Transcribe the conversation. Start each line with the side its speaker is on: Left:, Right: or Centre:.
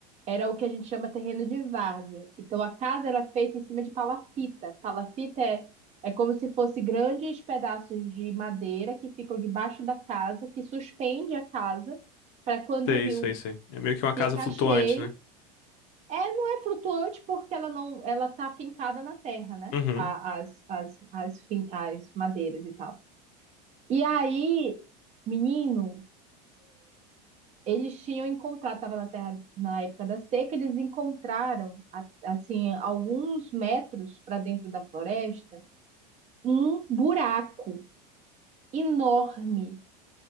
Right: era o que a gente chama terreno de várzea. Então a casa era feita em cima de palafita. Palafita é, é como se fosse grandes pedaços de madeira que ficam debaixo da casa, que suspende a casa para quando
Left: Sei,
Right: o rio
Left: sei, sei. É meio que uma
Right: fica
Left: casa flutuante,
Right: cheio.
Left: né?
Right: É, não é flutuante porque ela não, ela tá fincada na terra, né?
Left: Uhum.
Right: A- As, as, as, fin- as madeiras e tal. E aí, menino Eles tinham encontrado, estava na terra na época da seca, eles encontraram a- assim alguns metros para dentro da floresta um buraco enorme,